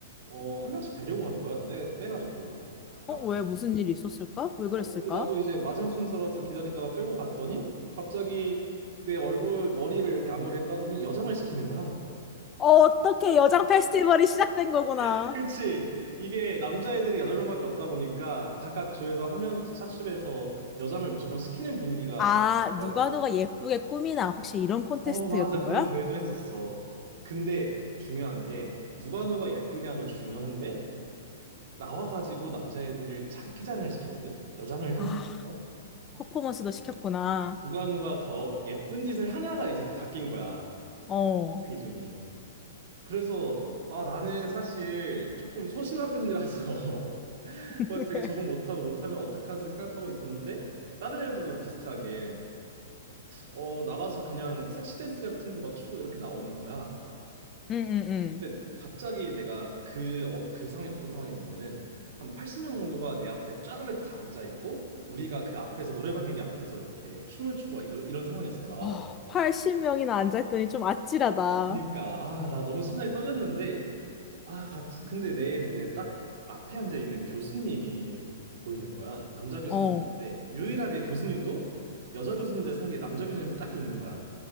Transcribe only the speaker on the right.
어, 한 명씩 데리고 가는 거야. 빼, 빼가지고, 각각.
어, 근데 나도 이제 마지막 순서라서 기다리다가 끌고 갔더니, 갑자기 내 얼굴, 머리를 이렇게 앞머리를 까더니 여장을 시키는 거야.
<laughs> 그치. 이게 남자애들이 8명밖에 없다 보니까, 각각 조에서 한 명씩 사출해서 여장을 무조건 시키는 분위기가
있더라고.
어, 맞아. 그런
대회도 했었어. 근데 중요한 게, 누가 누가 예쁘냐도 중요한데, 나와가지고 남자애들을 장기자랑을 시키거든? 여장을 한
상태에서.
누가 누가 더 예쁜 짓을 하냐가 이제 다 바뀐 거야.
그 기준이. 그래서 아 나는 사실 조금 소심한 편이라서 <laughs>
그 되게 적응 못하고 못하면 어떡하지 생각하고 있었는데 다른 애들도 비슷하게 어 나가서 그냥 섹시 댄스 같은 거 막 추고 이렇게 나오는 거야.
근데 갑자기 내가 그, 어, 그 상황이 어떤 상황이었냐면은 한 80명 정도가 내 앞에 쫘르륵 다 앉아 있고 우리가 그 앞에서 노래방 기계 앞에서 이렇게 춤을 추고 막 이런, 이런 상황이었어 다 나와가지고.
그러니까 아 나 너무 심장이 떨렸는데 아 갑 근데 내 눈에 딱 앞에 앉아 있는 교수님이 보이는 거야 남자 교수님이었는데
유일하게 교수님도 여자 교수님들 사이에 남자 교수님이 딱 있는 거야